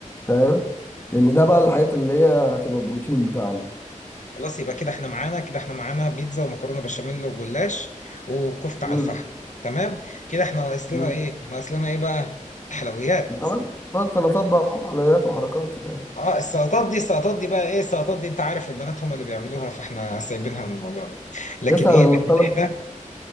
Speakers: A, on the left; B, on the left.
A: فاهم لان ده بقى الحاجات اللي هي هتبقى بروتين بتاعنا
B: خلاص يبقى كده احنا معانا كده احنا معانا بيتزا ومكرونه بشاميل وجلاش وكفته
A: امم
B: على الفحم تمام كده احنا ناقص لنا
A: امم
B: ايه ناقص لنا ايه بقى الحلويات
A: طبعا شويه سلطات بقى وحلويات وحركات يعني
B: اه السلطات دي السلطات دي بقى ايه السلطات دي انت عارف البنات هم اللي بيعملوها فاحنا سايبينها من الموضوع ده لكن
A: يس انا
B: ايه
A: اللي
B: لكن
A: طلع
B: احنا